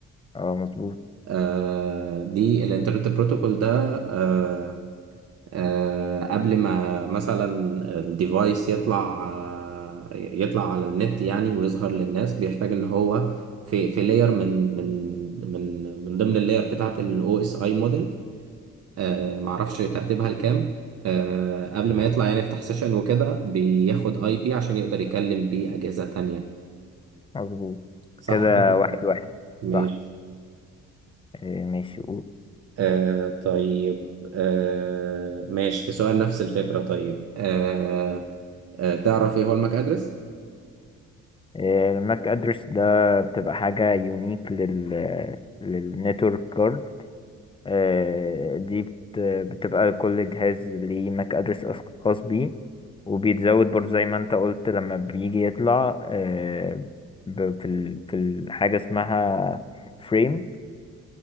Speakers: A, on the left; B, on the right.
A: اه مظبوط
B: آه، دي الانترنت بروتوكول ده آه، آه، قبل ما مثلا الديفايس يطلع آه، يطلع على النت يعني ويظهر للناس بيحتاج ان هو في في لاير من من من من ضمن اللاير بتاعه الاو اس اي موديل آه، معرفش ترتيبها لكام آه، قبل ما يطلع يعني يفتح سيشن وكده بياخد اي بي عشان يقدر يكلم بيه اجهزة تانية
A: مظبوط
B: صح
A: كده
B: كده ولا
A: واحد
B: إيه؟
A: واحد
B: ماشي
A: صح آه ماشي
B: آه طيب آه ماشي في سؤال نفس الفكرة طيب آه آه تعرف ايه هو الماك ادرس؟
A: الماك ادرس ده بتبقى حاجة يونيك لل للنتورك كارد آه، دي بت- بتبقى كل جهاز ليه ماك ادرس خاص بيه وبيتزود برضه زي ما انت قلت لما بيجي يطلع آه، ب- في ال- في الحاجة اسمها فريم